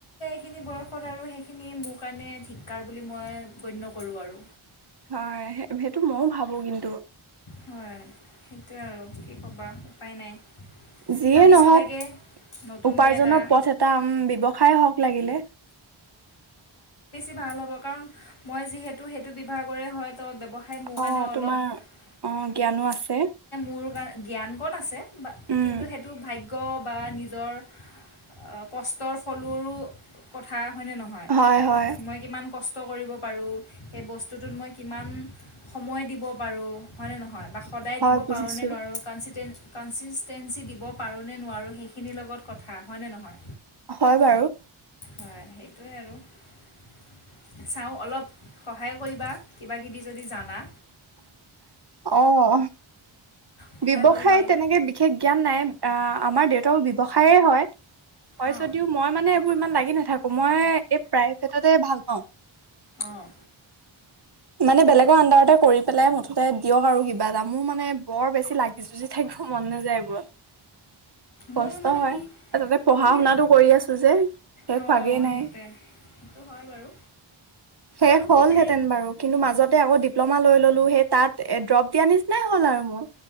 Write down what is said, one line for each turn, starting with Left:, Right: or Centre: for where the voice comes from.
Left: সেইখিনি বয়সত আৰু সেইখিনি মোৰ কাৰণে ধিক্কাৰ বুলি মই গণ্য কৰোঁ আৰু
Right: হয় সেইটো মইও ভাবো কিন্তু
Left: হয় সেইটোৱে আৰু কি ক'বা উপায় নাই
Right: যিয়েই
Left: ভাবিছোঁ
Right: নহওক
Left: তাকে নতুনকৈ
Right: উপাৰ্জনৰ
Left: এটা
Right: পথ এটা ব্যৱসায় হওক লাগিলে
Left: <unintelligible> খাই মোৰ কাৰণে অলপ
Right: অ তোমাৰ অ জ্ঞানো আছে
Left: তোৰ জ্ঞান ক'ত আছে বা
Right: উম
Left: কিন্তু সেইটো ভাগ্য কব বা নিজৰ অ কষ্টৰ ও কথা হয় নে নহয়
Right: হয় হয়
Left: মই কিমান কষ্ট কৰিব পাৰোঁ সেই বস্তুটোত মই কিমান সময় দিব পাৰোঁ হয়নে নহয় কা সদায়
Right: হয়
Left: দিব পাৰোঁনে
Right: বুজিছো
Left: নোৱাৰোঁ কনফিডেণ্ট কনচিষ্টেঞ্চি দিব পাৰোঁনে, নোৱাৰোঁ সেইখিনিৰ লগত কথা হয়নে নহয়?
Right: হয় বাৰু।
Left: হয় সেইটোৱে আৰু চাওঁ অলপ সহায় কৰিবা কিবা কিবি যদি জানা।
Right: অঁ।
Left: সহায়
Right: ব্যৱসায়ত
Left: কৰিবা অলপ
Right: তেনেকে বিশেষ জ্ঞান নাই। অঁ, আমাৰ দেউতাও ব্যৱসায়ে হয়। হয়
Left: অঁ
Right: যদিও মই মানে এইবোৰ ইমান লাগি নাথাকো মই এই প্ৰাইভেটতে ভাল পাওঁ
Left: অঁ
Right: মানে বেলেগৰ আডাৰতে কৰি পেলাই মুঠতে দিয়ক আৰু কিবা এটা মোৰ মানে বৰ বেছি লাগি যুজি। থাকিব মন নাযায় এইবোৰত কষ্ট
Left: মোৰ মানে
Right: হয়
Left: কি
Right: যাতে পঢ়া
Left: কি
Right: শুনাটো কৰি আছো যে শেষ
Left: অঁ
Right: হোৱাগেই নাই
Left: সেইটোৱে। সেইটো হয় বাৰু
Right: শেষ
Left: আৰু
Right: হলহেঁতেন
Left: কি মানে
Right: বাৰু। মাজতে আকৌ ডিপ্লমা লৈ ললো সেই তাত ড্ৰপ দিয়া নিচিনাই হ'ল আৰু মোৰ।